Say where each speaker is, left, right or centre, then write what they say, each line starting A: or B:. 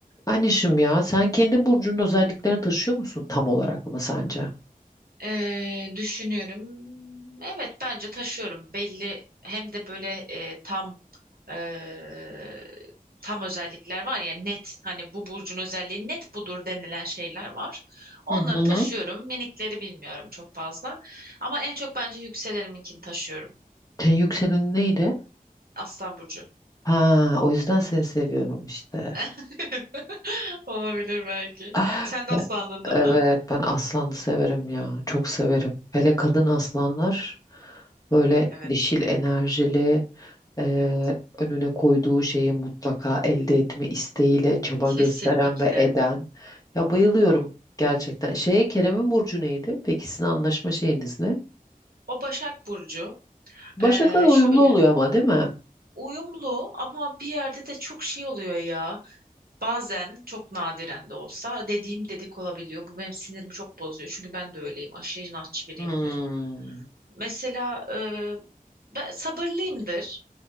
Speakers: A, on the left; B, on the right.
A: Anişim ya sen kendi burcunun özelliklerini taşıyor musun tam olarak mı sence?
B: Ee, düşünüyorum. Evet bence taşıyorum. Belli hem de böyle e, tam e, tam özellikler var ya net hani bu burcun özelliği net budur denilen şeyler var. Onları
A: Hı hı.
B: taşıyorum. Minikleri bilmiyorum çok fazla. Ama en çok bence yükseleninkini taşıyorum.
A: Senin yükselenin neydi?
B: Aslan burcu.
A: Ha, o yüzden seni seviyorum işte.
B: <laughs> Olabilir belki.
A: Ah,
B: Sen de aslandın değil
A: Evet
B: mi?
A: ben aslanı severim ya. Çok severim. Hele kadın aslanlar böyle
B: Evet.
A: dişil enerjili eee,
B: Evet.
A: önüne koyduğu şeyi mutlaka elde etme isteğiyle çaba
B: Kesinlikle.
A: gösteren ve eden. Ya bayılıyorum gerçekten. Şey Kerem'in burcu neydi? Peki sizin anlaşma şeyiniz ne?
B: O Başak Burcu.
A: Başaklar
B: Ee,
A: uyumlu
B: şöyle
A: oluyor ama değil mi?
B: uyumlu ama bir yerde de çok şey oluyor ya. Bazen çok nadiren de olsa dediğim dedik olabiliyor. Bu benim sinirimi çok bozuyor. Çünkü ben de öyleyim. Aşırı inatçı biriyimdir.
A: Hmm.
B: Mesela e, ben sabırlıyımdır.